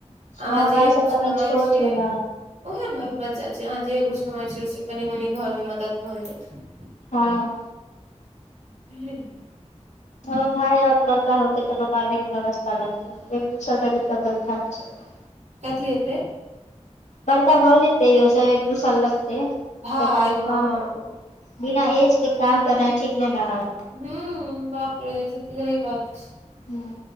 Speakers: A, on the right (about 75°); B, on the left (about 85°).
A: अहाँ
B: हमर
A: जेहे
B: भाय सब
A: कुछ
B: तखन
A: कमाइ
B: छोट
A: छियै।
B: छै ने
A: ओहे ने अभी बच्चा छै अहाँ जे कुछ कमाय छीयै ओहिसँ कनि मनी घर मे मदद भऽ जाइ छै।
B: हँ।
A: ल <unintelligible>
B: हमर भाय आऔर बड़का होतै तकर बादे कोनो रास्ता लगते। एक दू साल तऽ दिक्कत <unintelligible>
A: कथी हेतै?
B: बड़का भऽ जेतै इहो सब एक दू साल लगतै तब
A: भाय
B: कोनो
A: हँ
B: काम करतै। बिना एज के काम करना ठीक नहि न हइ।
A: हू बापरे से तऽ सही बात छै।
B: हूँ